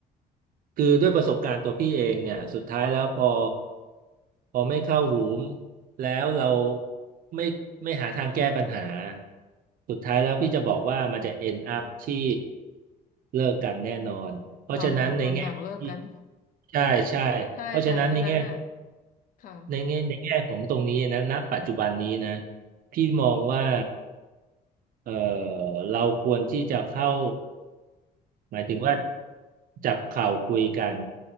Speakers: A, on the right; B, on the left.
A: คือด้วยประสบการณ์ตัวพี่เองเนี่ยสุดท้ายแล้วพอพอไม่เข้าหูแล้วเราไม่ไม่หาทางแก้ปัญหาสุดท้ายแล้วพี่จะบอกว่ามันจะ end up ที่เลิกกันแน่นอนเพราะฉะนั้นในแง่ที่
B: เราต่างคนต่างเลิกกัน
A: ใช่ใช่เพราะฉะนั้นในแง่
B: ใช่แต่อันนั้นน่ะค่ะ
A: ในแง่ในแง่ของตรงนี้นะณปัจจุบันนี้นะพี่มองว่าเออเราควรที่จะเข้าหมายถึงว่าจับเข่าวคุยกัน